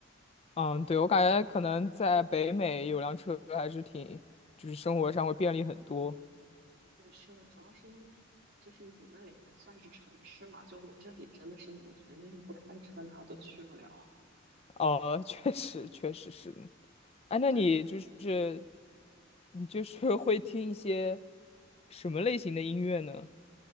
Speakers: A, on the left; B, on the right.
A: 嗯，对，我感觉可能在北美有辆车还是挺，就是生活上会便利很多。
B: 对，是的，主要是因为就是你那里还算是城市嘛，就我这里真的是农村，就你不开车哪都去不了。
A: 哦，<laughs> 确实，确实是。哎，那你就是
B: 对。
A: 你就是会听一些什么类型的音乐呢？